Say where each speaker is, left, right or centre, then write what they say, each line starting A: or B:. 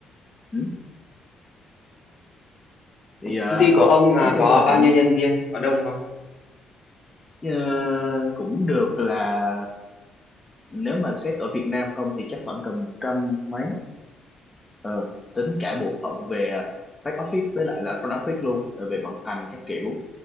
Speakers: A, on the left (about 15°); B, on the left (about 55°).
A: Ừ. Thì ờ,
B: Công ty của ông là
A: nói chung
B: có
A: là
B: bao
A: cũng
B: nhiêu nhân viên? Có đông không?
A: ờ, cũng được là nếu mà xét ở Việt Nam không thì chắc khoảng tầm một trăm mấy ờ, tính cả bộ phận về à, back office với lại là front office luôn rồi về vận hành các kiểu